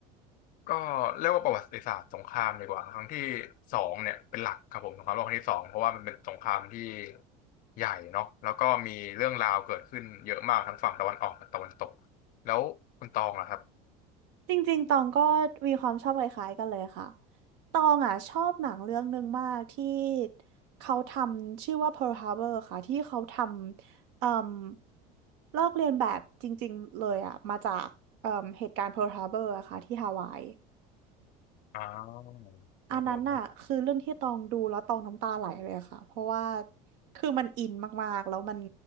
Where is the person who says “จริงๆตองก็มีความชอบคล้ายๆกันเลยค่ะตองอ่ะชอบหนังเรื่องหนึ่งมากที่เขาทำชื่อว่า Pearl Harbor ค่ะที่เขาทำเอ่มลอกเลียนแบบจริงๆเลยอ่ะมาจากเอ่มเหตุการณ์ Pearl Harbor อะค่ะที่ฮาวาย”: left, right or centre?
Right